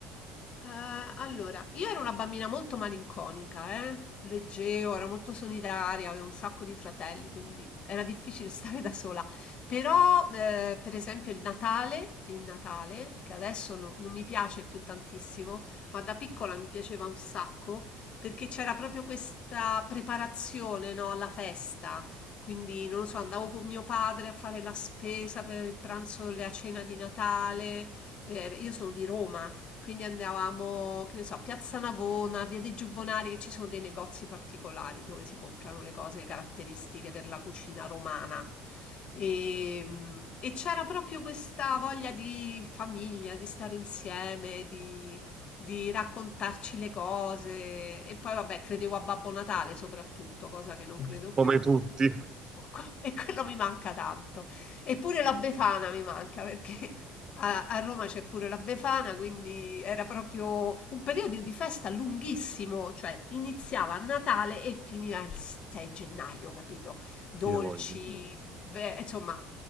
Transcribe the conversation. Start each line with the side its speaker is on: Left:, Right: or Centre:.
Left: Eh, allora, io ero una bambina molto malinconica, eh? Leggevo, ero molto solitaria, avevo un sacco di fratelli, quindi era difficile <laughs> stare da sola. Però, eh, per esempio, il Natale, il Natale, che adesso no- non mi piace più tantissimo, ma da piccola mi piaceva un sacco, perché c'era proprio questa preparazione, no, alla festa. Quindi, non lo so, andavo con mio padre a fare la spesa per il pranzo, la cena di Natale. Eh, io sono di Roma. Quindi andavamo, che ne so, a Piazza Navona, via dei Giubbonari, che ci sono dei negozi particolari dove si comprano le cose caratteristiche per la cucina romana. E, e c'era proprio questa voglia di famiglia, di stare insieme, di, di raccontarci le cose. E poi, vabbè, credevo a Babbo Natale soprattutto, cosa che non credo più.
Right: Come tutti,
Left: E <laughs> que- e quello mi manca tanto. Eppure la Befana mi manca perché a, a Roma c'è pure la Befana, quindi era proprio un periodo di festa lunghissimo, cioè iniziava a Natale e finiva il 6 gennaio, capito? Dolci,
Right: io voglio.
Left: beh, insomma,